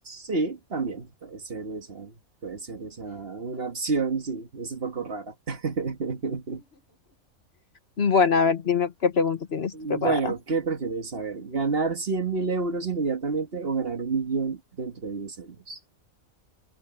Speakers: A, on the right (about 45°); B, on the left (about 50°).
A: sí, también puede ser esa, puede ser esa una opción, sí, es un poco rara. <laughs>
B: Bueno, a ver, dime qué pregunta tienes
A: Bueno,
B: tú preparada.
A: ¿qué prefieres saber? ¿Ganar cien mil euros inmediatamente o ganar un millón dentro de diez años?